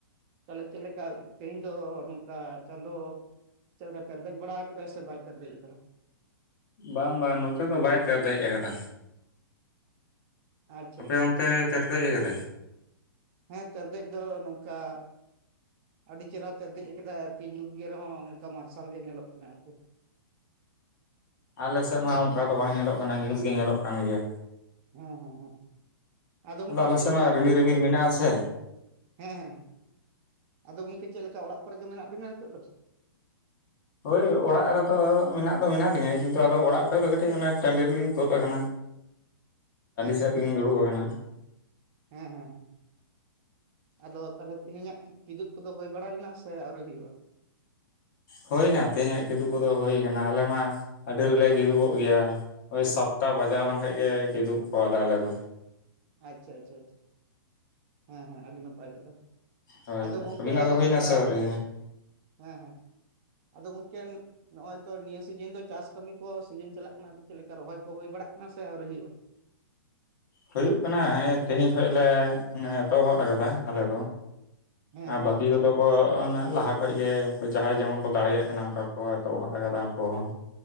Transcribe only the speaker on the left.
ᱵᱟᱝ ᱵᱟᱝ ᱱᱚᱛᱮ ᱫᱚ ᱵᱟᱭ ᱛᱮᱨ ᱫᱮᱡ ᱠᱟᱫᱟ᱾
ᱟᱯᱮ
ᱚᱱᱛᱮ ᱛᱮᱨᱫᱮᱡ ᱟᱠᱟᱫᱟᱭ
ᱟᱞᱮᱥᱮᱫ ᱢᱟ ᱚᱱᱠᱟ ᱫᱚ ᱵᱟᱝ ᱧᱮᱞᱚᱜ ᱠᱟᱱᱟ ᱧᱩᱛ ᱜᱮ ᱧᱮᱞᱚᱜ ᱠᱟᱱ ᱜᱮᱭᱟ᱾
ᱟᱞᱮ
ᱥᱮᱫ
ᱢᱟ ᱨᱤᱢᱤᱞ
ᱨᱤᱢᱤᱞ ᱢᱮᱱᱟᱜ ᱟᱥᱮ
ᱦᱳᱭ ᱚᱲᱟᱜ ᱨᱮᱫᱚ ᱢᱮᱱᱟᱜ ᱫᱚ ᱢᱮᱱᱟᱜ ᱞᱤᱧᱟᱹ ᱠᱤᱱᱛᱩ ᱟᱫᱚ ᱚᱲᱟᱜ ᱠᱷᱚᱡ ᱫᱚ ᱠᱟᱹᱴᱤᱡ ᱚᱱᱮ ᱴᱟᱺᱰᱤ ᱨᱮᱞᱤᱧ ᱛᱳᱫ ᱟᱠᱟᱱᱟ᱾ <inaudible>
ᱥᱮᱫ
ᱨᱮᱞᱤᱧ ᱫᱩᱲᱩᱵ ᱟᱠᱟᱱᱟ
ᱦᱩᱭ ᱮᱱᱟ ᱛᱮᱦᱮᱧᱟᱜ ᱠᱤᱫᱩᱵ ᱠᱚᱫᱚ ᱦᱩᱭ ᱠᱟᱱᱟ ᱟᱞᱮ ᱢᱟ ᱟᱹᱰᱤ ᱨᱮᱞᱮ ᱠᱤᱫᱩᱵᱚᱜ ᱜᱮᱭᱟ᱾ ᱳᱭ ᱥᱟᱛᱴᱟ ᱵᱟᱡᱟᱣ ᱞᱮᱱᱠᱷᱟᱡ ᱜᱮ ᱠᱤᱫᱩᱵ ᱠᱚᱜᱣᱟᱞᱮ ᱟᱞᱮ ᱫᱚ᱾
ᱦᱳᱭ
ᱟᱹᱵᱤᱱᱟᱜ ᱫᱚ ᱦᱩᱭᱱᱟ
ᱥᱮ ᱟᱹᱣᱨᱤ
ᱦᱳᱭᱳᱜ ᱠᱟᱱᱟ ᱛᱮᱦᱮᱧ ᱠᱷᱚᱱ ᱞᱮ ᱮᱛᱚᱦᱚᱫ ᱠᱟᱫᱟ ᱟᱞᱮ ᱫᱚ᱾
ᱟᱨ
ᱵᱟᱠᱤ
ᱠᱚᱫᱚ ᱠᱚ ᱚᱱᱮ ᱞᱟᱦᱟ ᱠᱷᱚᱡ ᱜᱮ ᱩᱱᱠᱩ ᱡᱟᱦᱟᱸᱭ ᱡᱮᱢᱚᱱ ᱠᱚ ᱫᱟᱲᱮᱭᱟᱜ ᱠᱟᱱᱟ ᱚᱱᱠᱟ ᱠᱚ ᱮᱛᱚᱦᱚᱵ ᱠᱟᱫᱟ ᱩᱱᱠᱩ ᱦᱚᱸ᱾